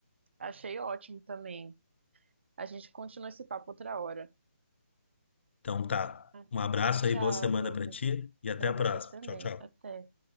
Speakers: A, on the right (about 60°); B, on the left (about 60°).
A: achei ótimo também. A gente continua esse papo outra hora.
B: Então tá,
A: Ah,
B: um abraço
A: Tchau,
B: aí, boa semana
A: Douglas.
B: para ti e até
A: Para
B: a
A: você
B: próxima.
A: também.
B: Tchau, tchau.
A: Até.